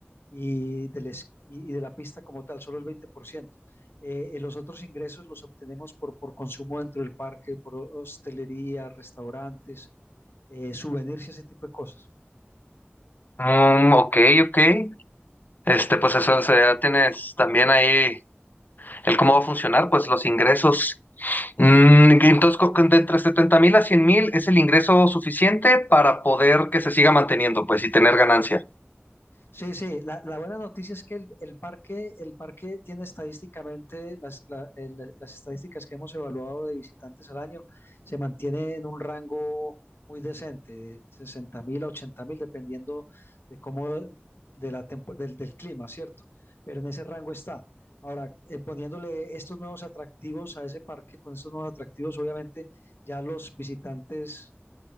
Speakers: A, on the left; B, on the left.
A: y de, les- y de la pista como tal, solo el 20%. Eh, eh, los otros ingresos los obtenemos por, por consumo dentro del parque, por hostelería, restaurantes, eh, souvenirs y ese tipo de cosas.
B: Mm, ok, ok. Este, pues eso, o sea, ya tienes también ahí el cómo va a funcionar, pues los ingresos. Mm, que entonces, co- con- de entre setenta mil a cien mil es el ingreso suficiente para poder que se siga manteniendo, pues, y tener ganancia.
A: Sí, sí, la, la buena noticia es que el, el parque, el parque tiene estadísticamente las, la- el- la- las estadísticas que hemos evaluado de visitantes al año, se mantiene en un rango muy decente, de sesenta mil a ochenta mil, dependiendo de cómo, de la tempo- del, del clima, ¿cierto? Pero en ese rango está. Ahora, eh, poniéndole estos nuevos atractivos a ese parque, con estos nuevos atractivos, obviamente ya los visitantes